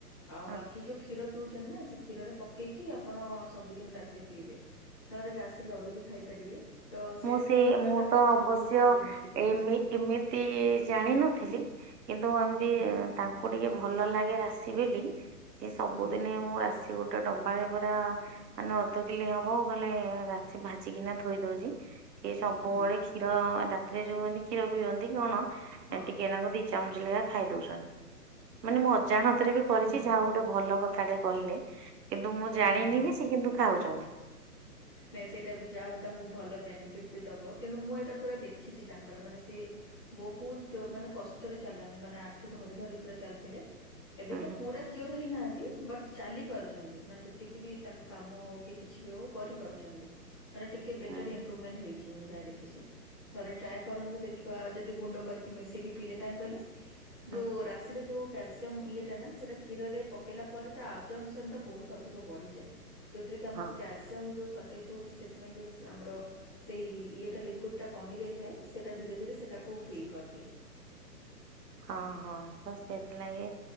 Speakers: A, on the left; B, on the right.
A: ଆଉ
B: ହଁ।
A: ବାକି ଯୋଉ କ୍ଷୀର ପିଉଛନ୍ତି ନା କ୍ଷୀରରେ ପକେଇକି ଆପଣ ସବୁଦିନ ରାତିରେ ପିଇବେ ନହେଲେ ରାଶୀ ଲଡୁ ବି ଖାଇପାରିବେ। ତ ସେଇଟା
B: ମୁଁ ସେ
A: ଖାଇଲା ପରେ
B: ମୁଁ
A: ତାଙ୍କର
B: ତ ଅବଶ୍ୟ
A: ବହୁତ ହି ବେନିଫିଟ୍
B: ଏମି
A: ହେଇଥିଲା।
B: ଏମିତି ଜାଣିନଥିଲି କିନ୍ତୁ କି
A: ହୁଁ
B: ତାଙ୍କୁ ଟିକେ ଭଲ ଲାଗେ ରାଶି ବୋଲି ସେ ସବୁଦିନେ
A: ହୁଁ
B: ମୁଁ ରାଶି ଗୋଟେ ଗୋଟେ ଡବାରେ ପୁରା ମାନେ ଅଧ କିଲୋ ହବ କହିଲେ ରାଶି ଭାଜିିକିନା ଥୋଇ ଦଉଛି। ଏ ସବୁବେଳେ
A: ହୁଁ
B: କ୍ଷୀର ଏଁ ରାତିରେ ଯୋଉ ଏନ୍ତି କ୍ଷୀର ପିଅନ୍ତି କଣ
A: ହଁ
B: ଏ ଟିକେନାଗୁରୁ ଦି ଚାମୁଚେ ଲେଖା ଖାଇଦଉଛନ୍ତି ମାନେ ମୁଁ ଅଜାଣତ ରେ ବି
A: ହୁଁ
B: କରିଛି
A: ହୁଁ
B: ଯା ହଉ ଗୋ ଗୋଟେ ଭଲ କଥାଟେ କହିଲେ କିନ୍ତୁ ମୁଁ ଜାଣିନି
A: ହୁଁ ହୁଁ।
B: କିଛି ସେ କିନ୍ତୁ ଖାଉଛନ୍ତି।
A: ନାଇଁ ସେଇଟା ବି ଯାହା ହଉ ତାଙ୍କୁ ଭଲ ବେନିଫିଟ୍ ବି ଦେବ କିନ୍ତୁ ମୁଁ ଏଇଟା ପୁରା ଦେଖିଛି ତାଙ୍କର ମାନେ ସିଏ ବହୁତ ମାନେ କଷ୍ଟରେ ଚାଲନ୍ତି ମାନେ ଆଣ୍ଠୁ ଧରି ଧରି ପୁରା ଚାଲୁଥିଲେ। ଏବେ
B: ହୁଁ
A: ତ
B: ହୁଁ
A: ପୁରା କିଓର ହେଇନାହାନ୍ତି ବଟ୍ ଚାଲି ପାରୁଛନ୍ତି ମାନେ ଯେତ ଯେତିକି ବି ତାଙ୍କ କାମ ହଉ କି କିଛି ବି ହଉ କରିପାରୁଛନ୍ତି ମାନେ ଟିକେ ବେଟର
B: ହୁଁ
A: ଇମ୍ପ୍ରୁଭମେଣ୍ଟ ହେଇଛି। କି ମୁଁ ଯାହା ଦେଖିଛି ଥରେ ଟ୍ରାଏ କରନ୍ତୁ ଦେଖିବା ଯଦି ଗୁଣ୍ଡ କରିକି ମିଶେଇକି ପିଇଲେ କାହିଁ କହିଲେ
B: ହୁଁ
A: ଯୋଉ ରାଶିର ଯୋଉ କ୍ୟାଲସି ଯମ୍ ଇଏଟା ନା ସେଟା କ୍ଷୀରରେ ପକେଇଲା ପରେ ତା ଆବଜମସନ୍ ଟା ବହୁତ ଅଧିକ ବଢିଯାଏ। ଯଉଥିରେ କି ଆମୁ
B: ହଁ
A: କ୍ୟାଲସିୟମ୍ ଯୋଉ ସର୍ଟେଜ୍ ହଉଛି ସେଥିପାଇଁ ଯୋଉ ସ ଆମର ସେଇ ଇଏଟା ଲିକୁଇଡଟା କମି ଯାଇଥାଏ ସେଟା ଧୀରେ ଧୀରେ ସେଟାକୁ ଫିଲ୍ କରଦିଏ।
B: ହଁ ହଁ ତ ସେଥିଲାଗି